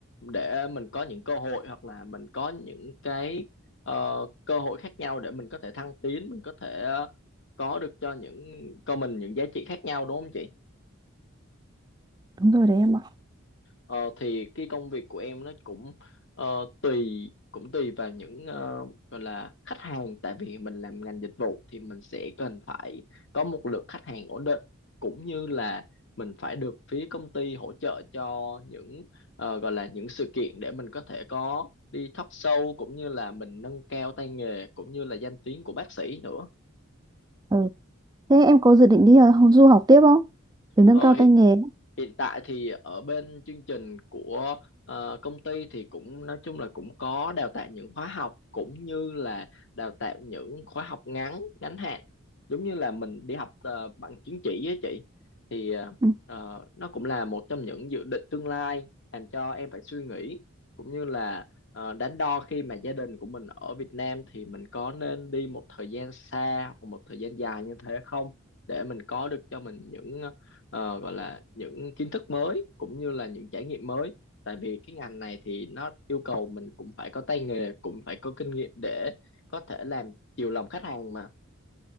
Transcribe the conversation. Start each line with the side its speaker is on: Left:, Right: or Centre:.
Left: để mình có những cơ hội hoặc là mình có những cái ờ, cơ hội khác nhau để mình có thể thăng tiến, mình có thể ờ, có được cho những cho mình những giá trị khác nhau đúng không chị?
Right: đúng rồi đấy em ạ
Left: Ờ, thì cái công việc của em nó cũng ờ, tùy cũng tùy vào những ờ, gọi là khách hàng tại vì mình làm ngành dịch vụ thì mình sẽ cần phải có một lượng khách hàng ổn định cũng như là mình phải được phía công ty hỗ trợ cho những ờ, gọi là những sự kiện để mình có thể có đi talk show cũng như là mình nâng cao tay nghề cũng như là danh tiếng của bác sĩ nữa.
Right: ừ. thế em có dự định đi ờ, du học tiếp không để nâng
Left: Ờ,
Right: cao tay nghề
Left: hiện tại thì ở bên chương trình của ờ, công ty thì cũng nói chung là cũng có đào tạo những khóa học cũng như là đào tạo những khóa học ngắn ngắn hạn giống như là mình đi học ờ, bằng chứng chỉ với chị thì ờ,
Right: Ừ.
Left: ờ, nó cũng là một trong những dự định tương lai làm cho em phải suy nghĩ cũng như là ờ, đắn đo khi mà gia đình của mình ở Việt Nam thì mình có nên đi một thời gian xa hoặc một thời gian dài như thế không để mình có được cho mình những ờ, ờ, gọi là những kiến thức mới cũng như là những trải nghiệm mới tại vì cái ngành này thì nó yêu cầu mình cũng phải có tay nghề cũng phải có kinh nghiệm để có thể làm chiều lòng khách hàng mà